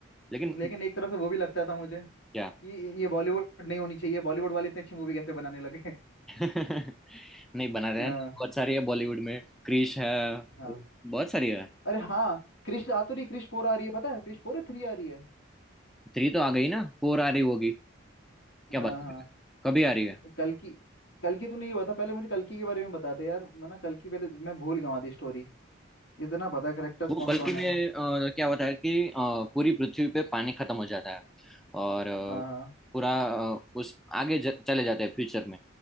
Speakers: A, in the centre; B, on the left.
A: लेकिन
B: लेकिन एक तरफ से वो भी लगता था मुझे कि
A: क्या
B: ये बॉलीवुड नहीं होनी चाहिए बॉलीवुड वाले इतनी अच्छी मूवी कैसे बनाने लगे <laughs>
A: <laughs> नहीं बना रहे
B: हाँ
A: हैं बहुत सारी है बॉलीवुड में क्रिश है
B: हाँ
A: बहुत सारी है
B: अरे हाँ कृष्ण आ तो रही कृष्ण फोर आ रही है पता है कृष्ण फोर है, थ्री आ रही है
A: थ्री तो आ गई ना फोर आ रही होगी
B: हाँ
A: क्या बात कर
B: हाँ
A: रहे हैं कभी आ रही है
B: कल की कल की तूने ये बता पहले मुझे कल की के बारे में बता दे यार मैं ना कल की पहले मैं भूल गया आधी स्टोरी इतना पता है करेक्टर्स
A: वो
B: कौन
A: कल्कि
B: कौन
A: में
B: है
A: अ, क्या होता है कि अ, पूरी पृथ्वी पे पानी खत्म हो जाता है और अ,
B: हाँ हाँ
A: पूरा अ, उस आगे ज, चले जाते हैं फ्यूचर में